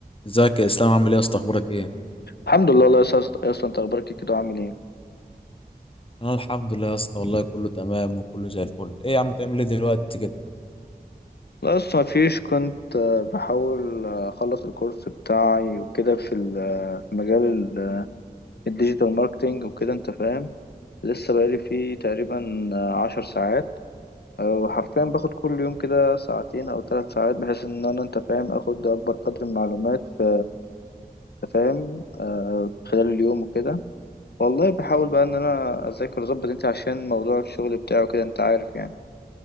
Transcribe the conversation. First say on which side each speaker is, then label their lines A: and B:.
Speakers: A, on the left (about 35°); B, on the left (about 85°).
A: ازيك يا اسلام عامل ايه يا اسطى اخبارك ايه
B: الحمد لله الله يسعدك يا اسطى انت اخبارك إيه كده وعامل ايه
A: انا الحمد لله يا اسطى والله كله تمام وكله زي الفل ايه يا عم تعمل ايه دلوقتي كده
B: لا اصلا مفيش كنت آه، بحاول آه، اخلص الكورس بتاعي وكده في ال- آه، في مجال ال- الديجيتال ماركتينج وكده انت فاهم لسه بقالي فيه تقريبا آه، عشر ساعات آه، حرفيا باخد كل يوم كده ساعتين او ثلاث ساعات بحيث ان انا انت فاهم اخد اكبر قدر من المعلومات في أنت فاهم آه، خلال اليوم وكده والله بحاول بقى ان انا اذاكر واظبط انت عشان موضوع الشغل بتاعه كده انت عارف يعني